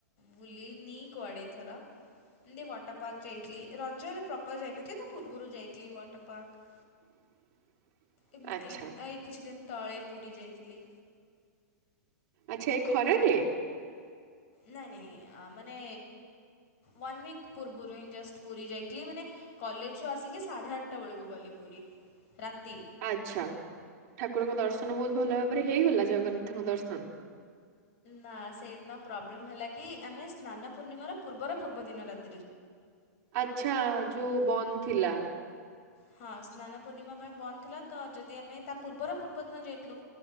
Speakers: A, on the left; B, on the right.
A: ବୁଲିନି କୁଆଡେ। <unintelligible> ଏମିତି ୱାଟର ପାର୍କ ଯାଇଥିଲି ରଜରେ ପ୍ରପର ଯାଇନଥିଲି ତା ପୂର୍ବରୁ ଯାଇଥିଲି ୱାଟର ପାର୍କ।
B: <unintelligible>
A: ଏମିତି
B: ଆଚ୍ଛା
A: ଏଇ କିଛି ଦିନ ତଳେ ପୁରୀ ଯାଇଥିଲି।
B: ଆଚ୍ଛା ଏଇ ଖରାରେ?
A: ନାଇଁ ନାଇଁ ମାନେ ୱାନ ୱିକ୍ ପୂର୍ବରୁ ହିଁ ଜଷ୍ଟ ପୁରୀ ଯାଇଥିଲି ମାନେ କଲେଜରୁ ଆସିକି ସାଢେ ଆଠଟା ବେଳକୁ ଗଲି ପୁରୀ। ରାତି
B: ଆଚ୍ଛା, ଠାକୁରଙ୍କ ଦର୍ଶନ ବହୁତ ଭଲ ଭାବରେ ହେଇଗଲା ଜଗନ୍ନାଥ। ଦର୍ଶନ।
A: ନା ସେଇଦିନ ପ୍ରୋବ୍ଲେମ ହେଲା କି ଆମେ ସ୍ନାନ ପୂର୍ଣ୍ଣିମାର ପୂର୍ବର ପୂର୍ବଦିନ ରାତି
B: ଆଛା ଯୋଉ ବନ୍ଦ ଥିଲା।
A: ହଁ ସ୍ନାନ ପୂର୍ଣ୍ଣିମା ପାଇଁ ବନ୍ଦ ଥିଲା ତ ଯଦି ଆମେ ତା ପୂର୍ବର ପୂର୍ବଦିନ ଯାଇଥିଲୁ।